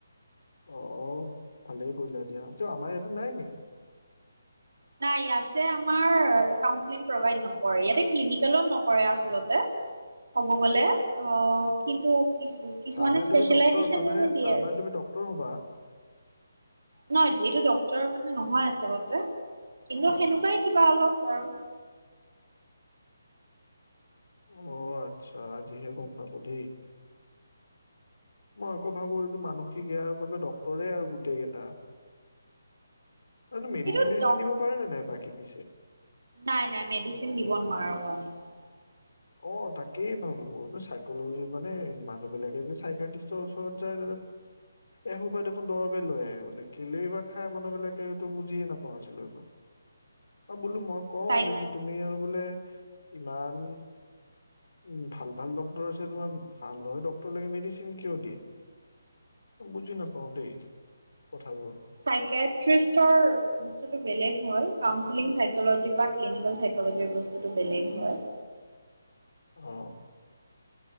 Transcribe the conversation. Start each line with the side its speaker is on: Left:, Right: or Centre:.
Left: অ ভালেই কৰিলা দিয়া কিয় আমাৰ ইয়াতো নাই নেকি?
Right: নাই ইয়াতে আমাৰ কাউন্সেলিং প্ৰভাইড নকৰে ইয়াতে ক্লিনিকেল ও নকৰে আচলতে। কব গলে অ কিন্তু কিছু কিছুমানে
Left: তাৰমানে
Right: স্পেচিয়েলাইজচন
Left: তুমি ডক্তৰ তুমি
Right: এনে দিয়ে
Left: তাৰমানে
Right: ।
Left: তুমি ডক্তৰ হবা
Right: নাই এইটো ডক্তৰৰ কাৰণে নহয় আচলতে । কিন্তু
Left: অ
Right: সেনেকোৱাই কিবা অলপ আৰু ।
Left: অ আচ্ছা আজিহে গম পালো দেই । মই আকৌ ভাবো এইটো মানসিক ইয়াৰ বাবে ডক্তৰে আৰু গোটেই কেইটা। আৰু মেডিচিন
Right: সেইটো
Left: বেডিচিন
Right: ডক
Left: দিব পাৰে নে নাই বাকী । পিছে
Right: নাই নাই মেডিচিন দিব নোৱাৰো আমি ।
Left: অ তাকেই ভাবো চাইকল'জি মানে মানুহ বিলাকে যে চাইকেটিষ্টৰ ওচৰত যায় এসোপাই দেখোন দৰৱে লৈ আহে মানে কেলেই বা খাই মানুহ বিলাকে টো বুজিয়ে নাপাওঁ আজিলৈকে বোলো মই কওঁ
Right: চাই
Left: যে কি তুমি আৰু বোলে ইমান উম ভাল ভাল ডক্তৰ আছে তোমাৰ ভাল হৈ ডক্তৰ লাগে মেডিচিন কিয় দিয়ে বুজি নাপাও দেই কথাবোৰ
Right: চাইকেট্ৰিষ্টৰ বস্তুটো বেলেগ হয় কাউচেলিং চাইকলজি বা ক্লিনিকেল চাইকলজিৰ বস্তুটো বেলেগ হয়।
Left: অ